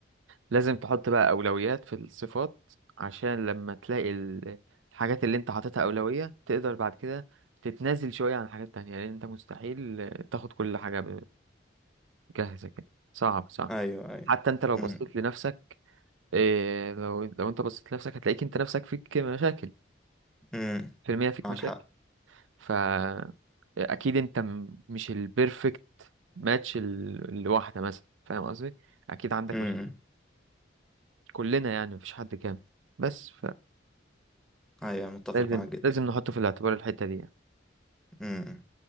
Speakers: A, on the right (about 85°); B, in the centre.
A: لازم تحط بقى أولويات في الصفات عشان لما تلاقي ال- الحاجات اللي انت حاططها أولوية تقدر بعد كده تتنازل شوية عن حاجات تانية لأن انت مستحيل تاخد كل حاجة جاهزة كده صعب صعب
B: ايوه ايوه
A: حتى انت لو
B: امم
A: بصيت لنفسك إيه لو لو انت بصيت لنفسك هتلاقيك انت نفسك فيك مشاكل
B: امم
A: في المية فيك
B: معاك
A: مشاكل
B: حق
A: فا أكيد انت م- مش البيرفكت ماتش لواحدة مثلا فاهم قصدي؟ أكيد عندك
B: امم
A: مشاكل
B: امم.
A: كلنا يعني مفيش حد كامل بس
B: ايوه متفق
A: لازم
B: معاك جدا
A: لازم نحطه في الاعتبار الحتة دي يعني.
B: امم امم.